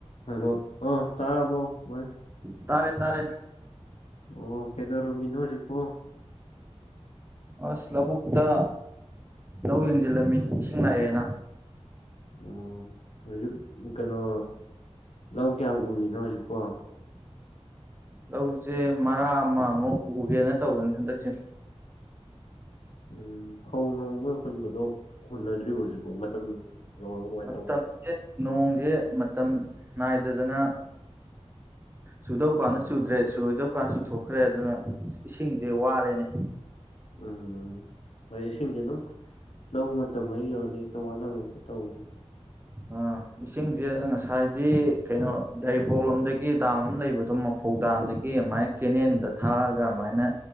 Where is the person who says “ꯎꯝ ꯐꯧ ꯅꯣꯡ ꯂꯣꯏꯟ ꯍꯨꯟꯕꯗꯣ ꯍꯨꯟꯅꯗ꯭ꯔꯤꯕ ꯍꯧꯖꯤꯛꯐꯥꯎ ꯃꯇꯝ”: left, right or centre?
Left